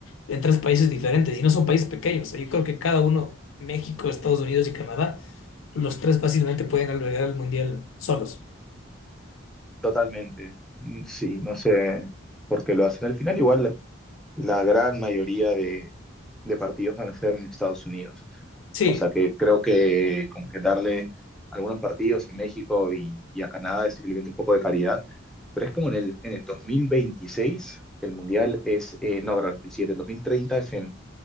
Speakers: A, on the left (about 80°); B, in the centre.
A: en tres países diferentes, y no son países pequeños. Yo creo que cada uno, México, Estados Unidos y Canadá, los tres fácilmente pueden albergar el mundial solos.
B: Totalmente. Mm, Sí, no sé por qué lo hacen. Al final, igual, la, la gran mayoría de, de partidos van a ser en Estados Unidos.
A: Sí,
B: O sea que creo que como que darle algunos partidos en México y, y a Canadá es simplemente un poco de caridad. Pero es como en el, en el 2026 el Mundial es, eh, no, perdón, el siguiente, el 2030 es en,